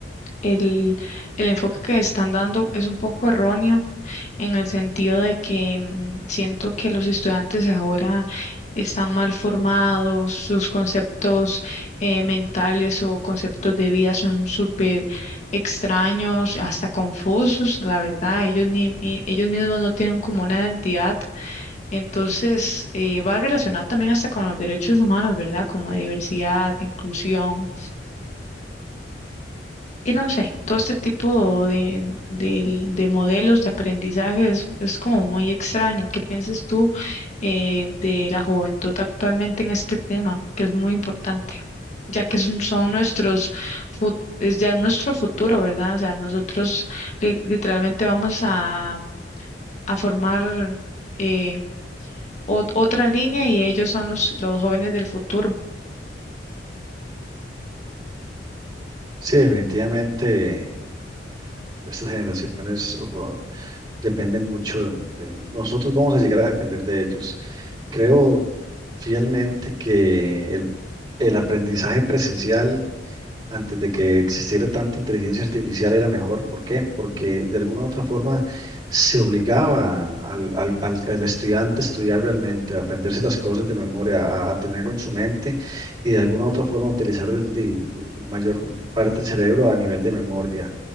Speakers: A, on the left; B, on the right.
A: el, el enfoque que están dando es un poco erróneo en el sentido de que mm, siento que los estudiantes ahora están mal formados, sus conceptos eh, mentales o conceptos de vida son súper extraños, hasta confusos, la verdad, ellos, ni, ni- ellos mismos no tienen como una identidad, entonces eh, va relacionado también hasta con los derechos humanos, ¿verdad? Como de diversidad, de inclusión. Y no sé, todo este tipo de, de, de modelos de aprendizaje es, es como muy extraño. ¿Qué piensas tú eh, de la juventud actualmente en este tema, que es muy importante, ya que son, son nuestros, fu- es ya nuestro futuro, ¿verdad? O sea, nosotros li- literalmente vamos a, a formar eh, ot- otra línea y ellos son los, los jóvenes del futuro.
B: Sí, definitivamente estas generaciones o, dependen mucho de nosotros, vamos a llegar a depender de ellos. Creo fielmente que el, el aprendizaje presencial antes de que existiera tanta inteligencia artificial era mejor. ¿Por qué? Porque de alguna u otra forma se obligaba al, al- al- al estudiante a estudiar realmente, a aprenderse las cosas de memoria, a, a tenerlo en su mente y de alguna u otra forma utilizar el, de mayor parte del cerebro a nivel de memoria.